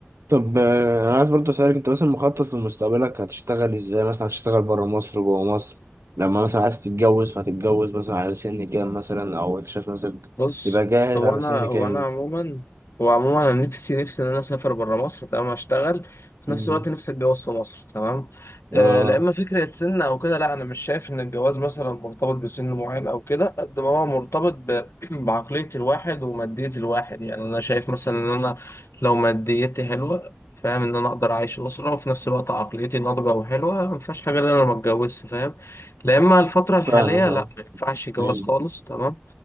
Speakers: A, on the right; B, on the left.
A: طب آه، انا عايز برضه اسالك انت مثلا مخطط لمستقبلك هتشتغل ازاي مثلا هتشتغل بره مصر جوه مصر لما مثلا عايز تتجوز فهتتجوز مثلا على سن كام مثلا او انت شايف نفسك
B: بص
A: تبقى جاهز
B: هو
A: على
B: انا
A: سن
B: هو
A: كام
B: انا عموما هو عموما انا نفسي نفسي ان انا اسافر بره مصر تمام اشتغل في
A: امم
B: نفس الوقت نفسي اتجوز في مصر تمام آه
A: اه
B: لا اما فكره سن او كده لا انا مش شايف ان الجواز مثلا مرتبط بسن معين او كده قد ما هو مرتبط ب... <clears throat> بعقليه الواحد وماديه الواحد يعني انا شايف مثلا ان انا لو ماديتي حلوه فاهم ان انا اقدر اعيش اسره وفي نفس الوقت عقليتي ناضجه وحلوه ما فيهاش حاجه ان انا ما اتجوزش فاهم لا اما الفتره الحاليه
A: فاهمك اه
B: لا ما ينفعش جواز
A: مم.
B: خالص تمام